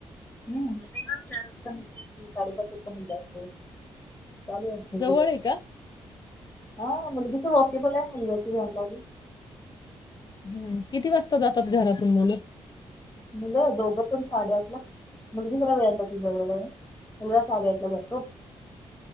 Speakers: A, on the left (about 25°); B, on the left (about 40°).
A: हम् आता ये चार वाजता मुल त काडेपातर मु असतो <unintelligible> चाल खू
B: जवळ
A: दिवस
B: आहे का?
A: <unintelligible> हाव. मणल त सर वॉकेला म्हललं तझ <unintelligible> <unintelligible>
B: हम्म, किती वाजता जातात घरातून मुलं.
A: मुलं दोघं पण साडेआठला मग बी जरा वेळ जातो ज वळ उघा साडेआठला जातो <unintelligible>